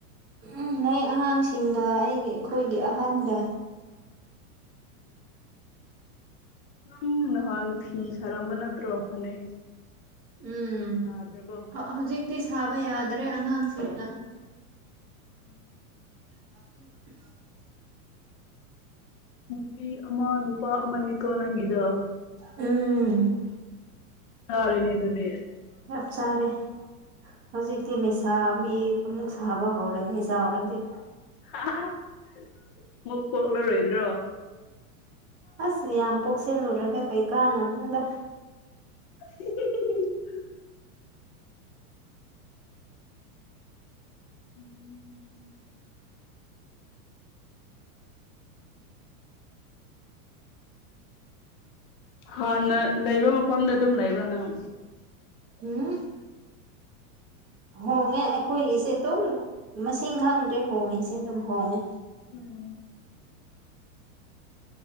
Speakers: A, on the right (about 30°); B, on the left (about 40°).
A: ꯎꯝ ꯂꯩ ꯑꯉꯥꯡꯁꯤꯡꯒ ꯑꯩꯒꯤ ꯑꯩꯈꯣꯏꯒꯤ ꯑꯍꯟꯒ
B: <unintelligible> ꯅꯍꯥꯟ ꯐꯤ ꯁꯥꯔꯝꯕ ꯅꯠꯇ꯭ꯔꯣ ꯐꯅꯦꯛ
A: ꯎꯝ
B: ꯁꯥꯗ꯭ꯔꯕꯣ
A: ꯍꯧꯖꯤꯛꯇꯤ ꯁꯥꯕ ꯌꯥꯗ꯭ꯔꯦ ꯑꯉꯥꯡꯁꯤꯡꯅ
B: <inaudible>
A: <inaudible>
B: ꯅꯨꯄꯤ ꯑꯃ ꯅꯨꯄꯥ ꯑꯃꯅꯤ ꯀꫭ ꯅꯪꯒꯤꯗꫭ
A: ꯎꯝ
B: <unintelligible> ꯑꯗꯨꯗꯤ
A: ꯆꯞ ꯆꯥꯔꯦ ꯍꯧꯖꯤꯛꯇꯤ ꯂꯩꯁꯥꯕꯤ ꯑꯃꯨꯛ ꯁꯥꯕ ꯍꯧꯔꯅꯤ ꯆꯥꯎꯔꯗꯤ
B: <unintelligible> ꯃꯨꯛ ꯄꯣꯛꯂꯔꯣꯏꯗ꯭ꯔꯣ
A: ꯑꯁ ꯌꯥꯝ ꯄꯣꯛꯁꯜꯂꯨꯔꯒ ꯀꯩ ꯀꯥꯟꯅꯞꯅꯣꯗ
B: <unintelligible> <inaudible> ꯍꯥꯟꯅ ꯂꯩꯕ ꯃꯐꯝꯗ ꯑꯗꯨꯝ ꯂꯩꯕ꯭ꯔ ꯅꯪ
A: ꯍꯨꯝ ꯍꯣꯡꯉꯦ ꯑꯩꯈꯣꯏꯒꯤꯁꯦ ꯑꯗꯨꯝ ꯃꯁꯤꯡ ꯈꯪꯗ꯭ꯔꯦ ꯍꯣꯡꯉꯤꯁꯦ ꯑꯗꯨꯝ ꯍꯣꯡꯉꯦ
B: ꯎꯝ